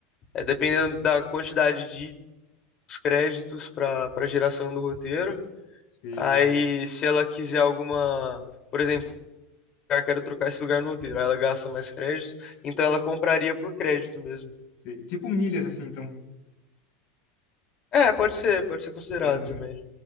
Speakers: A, on the left; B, on the left.
A: é dependendo da quantidade de créditos para para geração do roteiro.
B: Sei,
A: Aí,
B: sei,
A: se ela quiser alguma, por exemplo, eu quero trocar esse lugar no roteiro, aí ela gasta mais créditos, então ela compraria por crédito mesmo.
B: sei. Tipo milhas assim, então.
A: É, pode ser, pode ser considerado
B: Aham.
A: também.